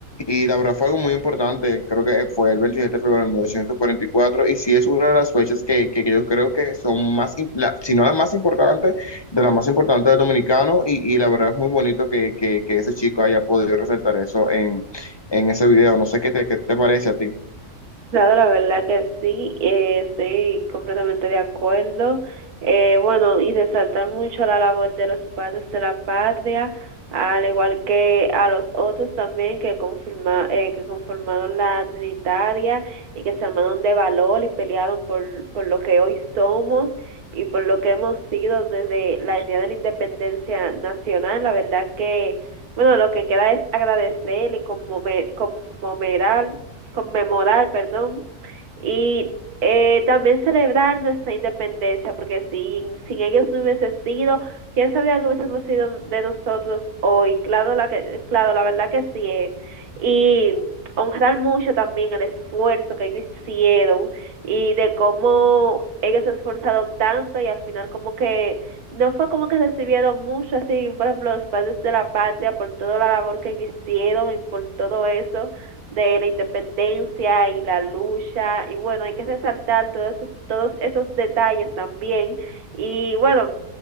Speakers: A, on the left; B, on the right.
A: Y la verdad fue algo muy importante, creo que fue el 27 de febrero de 1944 y cuatro y sí es una de las fechas que, que yo creo que son más, la, si no la más importante, de la más importante del dominicano y, y la verdad es muy bonito que, que, que ese chico haya podido resaltar eso en, en ese video. No sé qué te, qué te parece a ti.
B: Claro, la verdad que sí, eh, estoy completamente de acuerdo. Eh, bueno, y resaltar mucho la labor de los padres de la patria, al igual que a los otros también que, confirma, eh, que conformaron la Trinitaria y que se armaron de valor y pelearon por, por lo que hoy somos y por lo que hemos sido desde la, el día de la independencia nacional. La verdad que, bueno, lo que queda es agradecer y conmover- conmemorar conmemorar, perdón, y eh, también celebrar nuestra independencia, porque sin, sin ellos no hubiese sido, quién sabía que hubiésemos sido de nosotros hoy, claro la, que, claro, la verdad que sí, eh. y honrar mucho también el esfuerzo que ellos hicieron y de cómo ellos se esforzaron tanto y al final como que no fue como que recibieron mucho así por ejemplo los padres de la patria por toda la labor que hicieron y por todo eso de la independencia y la lucha y bueno hay que resaltar todos esos todos esos detalles también y bueno